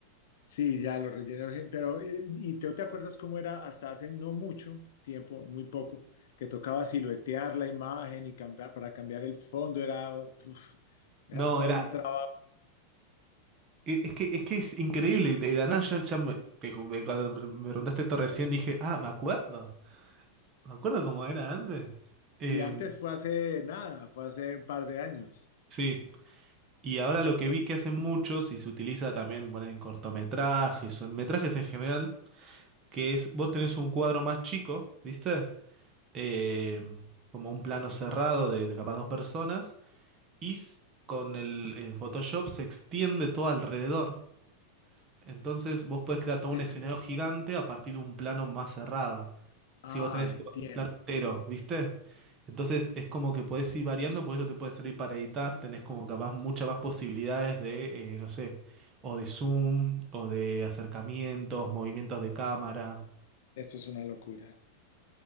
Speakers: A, on the left (about 55°); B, on the right (about 30°).
A: sí, ya lo rellené, gen- pero eh, ¿y te, te acuerdas cómo era hasta hace no mucho tiempo, muy poco, que tocaba siluetear la imagen y cambiar, para cambiar el fondo era, uf, era
B: No,
A: todo
B: era,
A: un trabajo.
B: E- Es que, es que es increíble, de la nada ya- ya me- te ju- me- cuando me preguntaste esto recién dije, ah, me acuerdo, me acuerdo cómo era antes. Eh,
A: Y antes fue hace nada, fue hace un par de años.
B: sí, y ahora lo que vi que hacen muchos y se utiliza también ponen en cortometrajes o en metrajes en general, que es, vos tenés un cuadro más chico, ¿viste? Eh, como un plano cerrado de, de capaz dos personas, y s- con el en Photoshop se extiende todo alrededor. Entonces vos podés crear todo
A: Te-
B: un escenario gigante a partir de un plano más cerrado.
A: ah,
B: Si vos tenés
A: entiendo.
B: un plano entero, ¿viste? Entonces es como que podés ir variando, porque eso te puede servir para editar, tenés como capaz muchas más posibilidades de, eh, no sé, o de zoom, o de acercamientos, movimientos de cámara.
A: Esto es una locura.